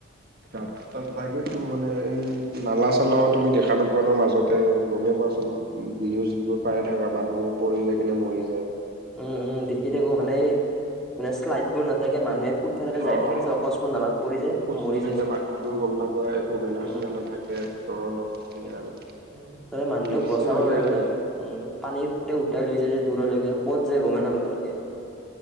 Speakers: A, on the right; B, in the centre.
A: গাত-তাত তাকেইেতো মানে এই নালা চালাও তুমি দেখা নোপোৱা ন', মাজতে। গ'মেই পোৱাচোন মোক নিউজ যিবোৰ পায়ে থাকা। মানুহ পৰি যায় কিনে মৰি যায়।
B: উম। উম। দেখি থাকো মানে এই মানে শ্লাইডবোৰ নাথাকে। মানুহে ফুটপাথতে
A: অ',
B: যায় থাকে, তাৰপিছত অকস্মাত নালাত পৰি যায়,
A: খোজ
B: মৰি যায়।
A: <unintelligible> গম নাপায়। কো বেনাৰ-চেনাৰ
B: উম
A: নাথাকে। ত' অলপ সেই আৰু।
B: উম। তই মানুহটোক
A: ৰিক্সি
B: বচাব
A: হৈ
B: ধৰিবি
A: যায় আৰু।
B: ন'। উম পানীৰ সুতে উটাই লৈ যায় যে দূৰলৈকে ক'ত যায় গমে নাপায় ভালকে।